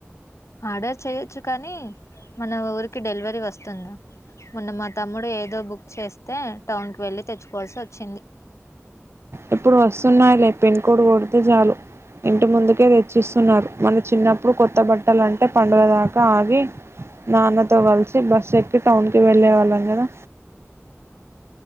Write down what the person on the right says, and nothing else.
ఇప్పుడు వస్తున్నాయిలే పిన్ కోడ్ కొడితే చాలు ఇంటి ముందుకే తెచ్చిస్తున్నారు మన చిన్నప్పుడు కొత్త బట్టలు అంటే పండగ దాకా ఆగి నాన్నతో కలిసి బస్సు ఎక్కి టౌన్కి వెళ్ళేవాళ్ళం కదా.